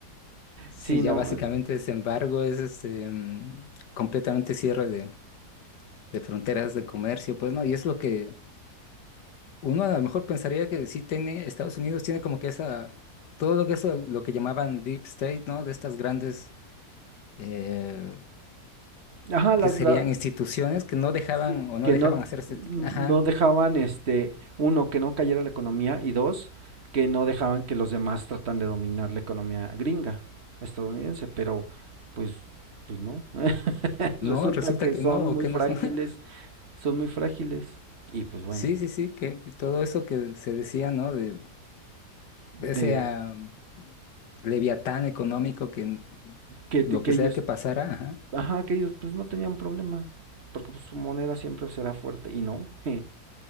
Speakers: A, on the left; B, on the right.
A: Sí,
B: sí, no.
A: ya básicamente ese embargo es este mm, completamente cierre de, de fronteras, de comercio, pues no, y es lo que uno a lo mejor pensaría que sí tiene, Estados Unidos tiene como que esa, todo lo que eso, lo que llamaban Deep State, ¿no? De estas grandes, eh,
B: Ajá, las,
A: que serían
B: la-
A: instituciones que no dejaban
B: sí,
A: o no
B: que
A: dejaban
B: no,
A: hacer este
B: no
A: ajá,
B: dejaban, este, uno, que no cayera la economía y dos, que no dejaban que los demás tratan de dominar la economía gringa, estadounidense, pero pues, pues no. <laughs>
A: no,
B: Resulta
A: resulta
B: que
A: que
B: son
A: no, o
B: muy
A: que
B: frágiles
A: no son, <laughs>
B: son muy frágiles y pues bueno,
A: sí, sí, sí, que todo eso que se decía, ¿no? De, de ese
B: de
A: ah, leviatán económico que
B: que,
A: lo
B: que
A: que
B: ellos,
A: sea que pasara, ajá,
B: ajá, que ellos pues no tenían problema, porque pues, su moneda siempre será fuerte y no. <laughs> eh.